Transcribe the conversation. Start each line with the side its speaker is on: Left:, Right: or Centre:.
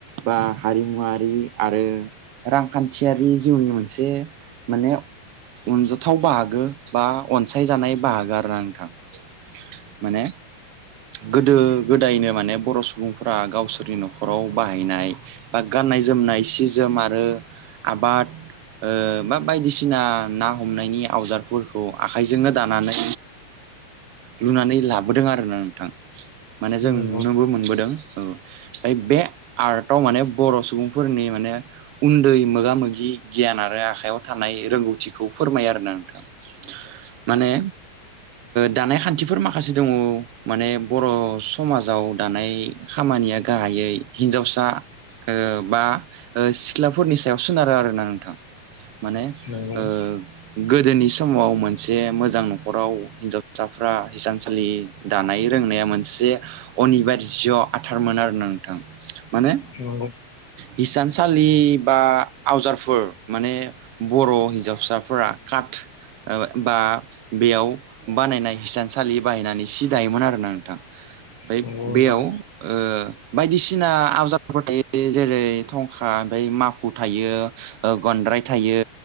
Right: बा हारिमुवारि आरो रांखान्थियारि जिउनि मोनसे माने अनजाथाव बाहागो बा अनसायजानाय बाहागो आरो नोंथां माने गोदो गोदायनो माने बर' सुबुंफोरा गावसोरनि न'खराव बाहायनाय बा गाननाय जोमनाय सि जोमा आरो आबाद ओ बा बायदिसिना ना हमनायनि आवजादफोरखौ आखाइजोंनो दानानै लुनानै लाबोदों आरोना नोंथां माने जों
Left: नंगौ
Right: नुनोबो मोनबोदों औ ओमफ्राय बे आर्टआव माने बर' सुबुंफोरनि माने उन्दै मोगा मोगि गियान आरो आखायाव थानाय रोंगौथिखौ फोरमायो आरो ना नोंथां माने दानाय खान्थिफोर माखासे दङ माने बर' समाजाव दानाय खामानिया गाहायै हिन्जावसा ओ बा ओ सि ख्लाफोरनि सायाव सोनारो आरोना नोंथां माने
Left: नंगौ
Right: ओ गोदोनि समाव मोनसे मोजां न'खराव हिनजावसा फ्रा हिसानसालि दानाय रोंनाया मोनसे अनिबार आथारमोन आरो नोंथां माने
Left: नंगौ
Right: हिसानसालि बा आवजारफोर माने बर' हिन्जावसाफोरा काट बा बेयाव बानायनाय हिसानसालि बाहायनानै सि दायोमोन आरोना नोंथां ओमफ्राय
Left: नंगौ
Right: बेयाव ओ बायदिसिना आवजारफोरबो थायो बे जेरै थं खा ओमफ्राय माखु थायो। ओ गनद्राय थायो